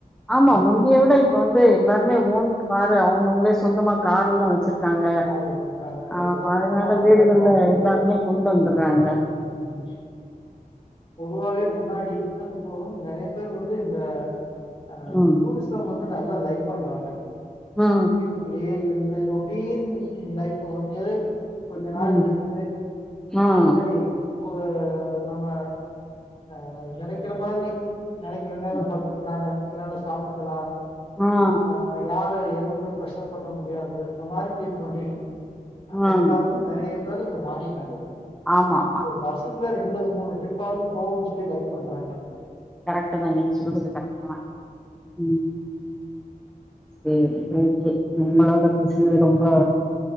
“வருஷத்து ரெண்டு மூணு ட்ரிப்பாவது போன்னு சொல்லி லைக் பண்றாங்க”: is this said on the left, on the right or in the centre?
Left